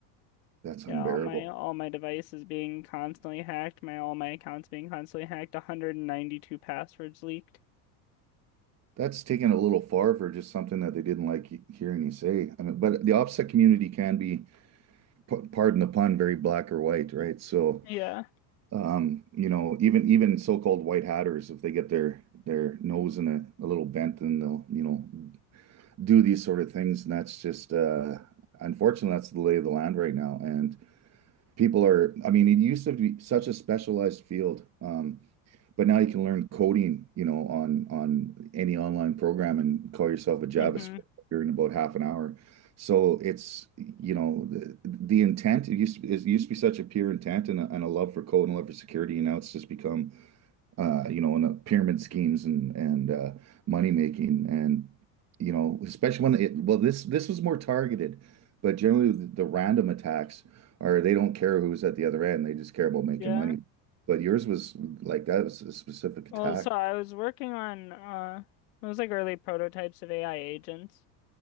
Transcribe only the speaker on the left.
yeah, all my all my devices being constantly hacked, my all my accounts being constantly hacked, 192 passwords leaked.
Yeah.
hmm
Yeah.
Well,
so I was working on uh it was like early prototypes of AI agents,